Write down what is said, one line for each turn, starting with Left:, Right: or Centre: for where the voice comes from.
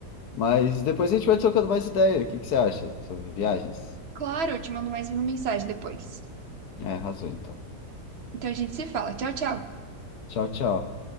Left: Mas depois a gente vai trocando mais ideia. O que que você acha sobre viagens?
Right: Claro, eu te mando mais uma mensagem depois.
Left: É, arrasou então.
Right: Então a gente se fala. Tchau, tchau.
Left: Tchau, tchau.